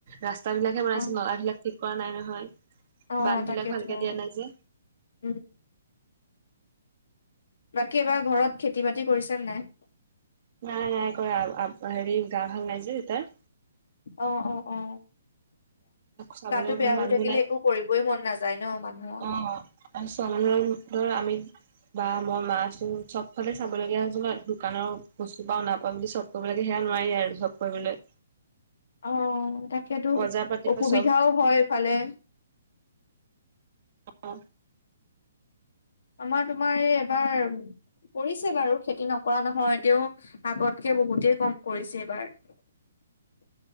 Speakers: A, on the right; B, on the left.
A: ৰাস্তা বিলাকহে বনাইছে
B: অ
A: নলাাবিলাক ঠিক কৰা নাই নহয়।
B: অ
A: বান্ধ
B: তাকেইতো
A: বিলাক ভালকে
B: অ
A: দিয়া নাই যে
B: উম। বাকী এবাৰ ঘৰত খেতি বাতি কৰিছে নে নাই।
A: নাই নাই কৰা হেৰি গা ভাল নাই যে এই তাৰ।
B: অ অ অ।
A: চাবলৈ
B: গাটো বেয়া হৈ
A: মানুহো
B: থাকিলে
A: নাই
B: একো কৰিবই মন নাযায় ন মানুহৰ।
A: অ আৰু চন উতৰ আমি। বা মই মা আছো চব ফালে চাবলগীয়া হৈছিল ন দোকানৰ বস্তু পাও নাপাওঁ বুলি চব। কৰিব লাগে সেয়া নোৱাৰি আৰু চব কৰিবলৈ।
B: অ তাকেতো
A: বজাৰ পাতিৰ
B: অসুবিধাও
A: পৰা চব
B: হয় এইফালে।
A: অ।
B: আমাৰ তোমাৰ এই এবাৰ। কৰিছে বাৰু খেতি নকৰা নহয় তেওঁ আগতকে বহুতেই কম কৰিছে এইবাৰ। <unintelligible>